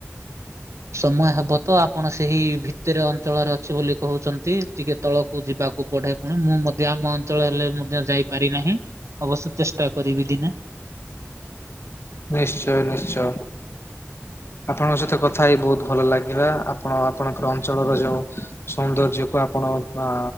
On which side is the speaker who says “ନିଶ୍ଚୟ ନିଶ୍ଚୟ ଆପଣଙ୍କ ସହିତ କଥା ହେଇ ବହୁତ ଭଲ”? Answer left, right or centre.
Left